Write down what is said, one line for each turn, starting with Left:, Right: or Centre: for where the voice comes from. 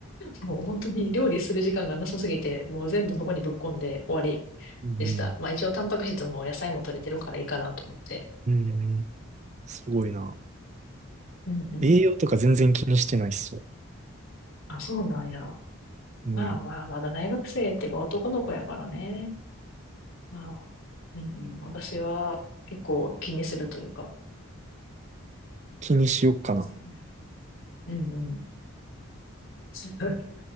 Left: もう本当に料理する時間がなさすぎて、もう全部そこにぶっ込んで終わり。
Right: うん。
Left: でした。まあ一応タンパク質も野菜も取れてるからいいかなと思って。
Right: うん。うんすごいな。
Left: うんうん。
Right: 栄養とか全然気にしてないっすね。
Left: あ、そうなんや。
Right: うん。
Left: まあまあ、まだ大学生ってば男の子やからね。まあ、うんうん。私は結構気にするというか。
Right: 気にしよっかな。
Left: そうねうんうん。<laughs>